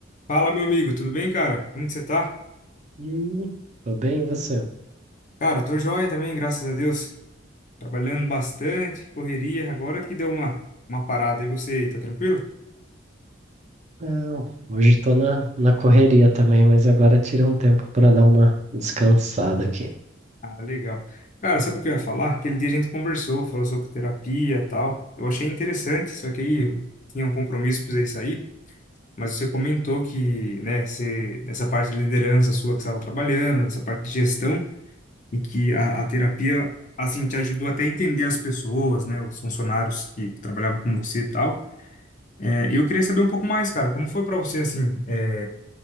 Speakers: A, on the left (about 40°); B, on the right (about 35°).
A: Fala, meu amigo, tudo bem, cara? Como que você tá?
B: E aí? Tô bem, e você?
A: Cara, tô joia também, graças a Deus. Trabalhando bastante, correria. Agora que deu uma, uma parada. E você aí, tá tranquilo?
B: Não, hoje tô na, na correria também, mas agora tirei um tempo pra dar uma descansada aqui.
A: Ah, legal. Cara, sabe o que eu ia falar? Aquele dia a gente conversou, falou sobre terapia e tal. Eu achei interessante, só que aí eu tinha um compromisso, precisei sair. Mas você comentou que, né, você, nessa parte de liderança sua que você estava trabalhando, nessa parte de gestão, e que a, a terapia, assim, te ajudou até a entender as pessoas, né, os funcionários que trabalhavam com você e tal. É, eu queria saber um pouco mais, cara, como foi para você assim, é,